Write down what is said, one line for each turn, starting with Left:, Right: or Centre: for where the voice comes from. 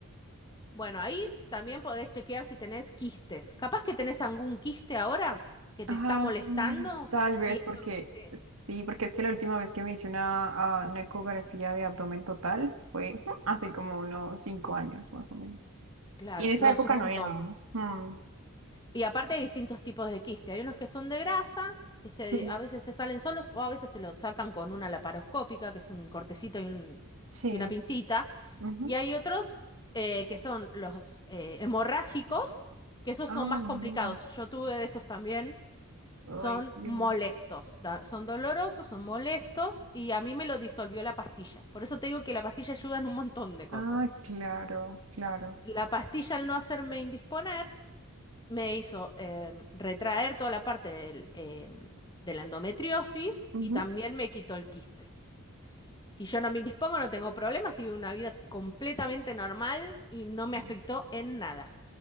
Left: Bueno, ahí también podés chequear si tenés quistes. Capaz que tenés algún quiste ahora que
Right: Ah,
Left: te está molestando
Right: mm, tal vez
Left: y es
Right: porque
Left: lo que te...
Right: sí, porque es que la última vez que me hice una, ah, una ecografía de abdomen total fue ujú, hace como unos cinco años más o menos.
Left: Claro,
Right: Y en esa
Left: no,
Right: época
Left: es un montón.
Right: no había nada, ¿no? Mm,
Left: Y aparte hay distintos tipos de quiste. Hay unos que son de grasa, que se-
Right: sí,
Left: a veces se salen solos o a veces te lo sacan con una laparoscópica, que es un cortecito y, un-
Right: sí.
Left: y una pincita.
Right: ujú.
Left: Y hay otros eh, que son los eh, hemorrágicos, que esos
Right: Ah,
Left: son más
Right: no.
Left: complicados. Yo tuve de esos también.
Right: Ay,
Left: son
Right: Dios.
Left: molestos, da- son dolorosos, son molestos y a mí me lo disolvió la pastilla. Por eso te digo que la pastilla ayuda en un montón de cosas.
Right: Ah, claro, claro.
Left: La pastilla al no hacerme indisponer me hizo em, retraer toda la parte del, em, de la endometriosis
Right: ujú,
Left: y también me quitó el quiste. Y yo no me indispongo, no tengo problemas y vivo una vida completamente normal y no me
Right: sí.
Left: afectó en nada.